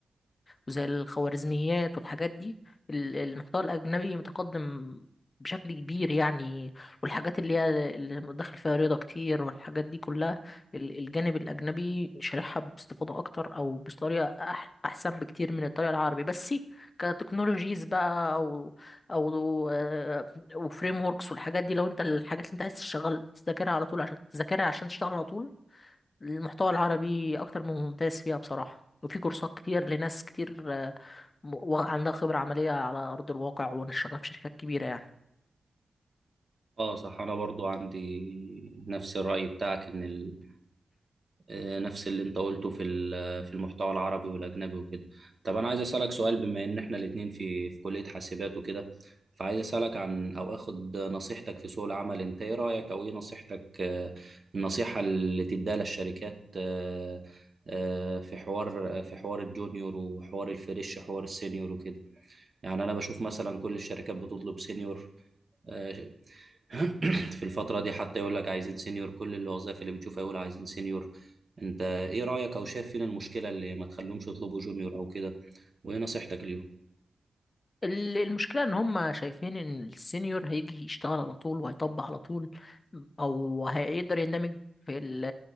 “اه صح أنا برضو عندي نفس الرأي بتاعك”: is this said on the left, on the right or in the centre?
Right